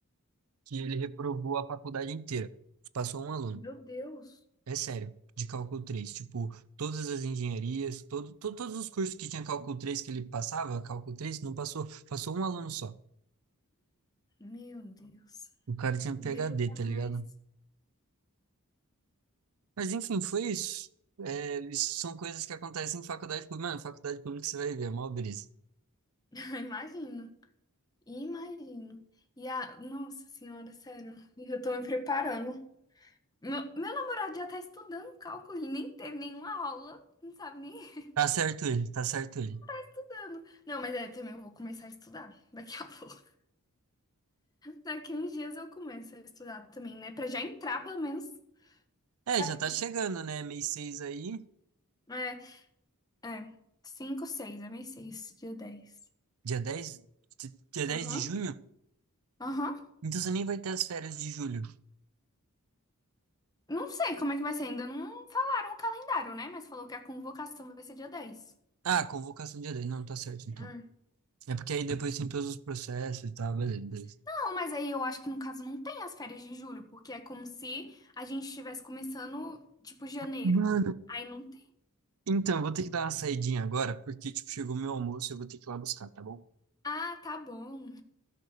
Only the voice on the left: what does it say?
Meu Deus.
Meu Deus.
Deus
é mais.
<laughs> Eu Imagino. Imagino. E a. Nossa Senhora, sério. e Eu tô me preparando. Meu, meu namorado já tá estudando cálculo. Ele nem teve nenhuma aula. Não sabe nem <laughs>
estudando. Não, mas é, também eu vou começar a estudar daqui a <laughs> pouco. Daqui uns dias eu começo a estudar também, né? Pra já entrar, pelo menos,
sabe?
É, é. 5, 6, é mês 6 dia 10
Aham.
Aham.
Não sei como é que vai ser, ainda não falaram o calendário, né? Mas falou que a convocação vai ser dia dez.
Ah,
Não, mas aí eu acho que no caso não tem as férias de julho, porque é como se a gente estivesse começando, tipo, janeiro.
Aí não tem.
Ah, tá bom.